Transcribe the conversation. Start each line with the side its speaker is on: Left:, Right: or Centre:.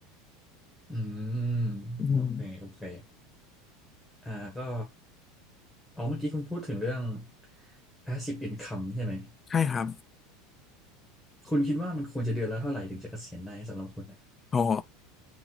Centre: อืมโอเคโอเค
Left: อืม
Centre: อ่าก็เอาเมื่อกี้คุณพูดถึงเรื่อง passive income ใช่ไหม
Left: ใช่ครับ
Centre: คุณคิดว่ามันควรจะเดือนละเท่าไหร่ถึงจะเกษียณได้สำหรับคุณเนะ
Left: พอ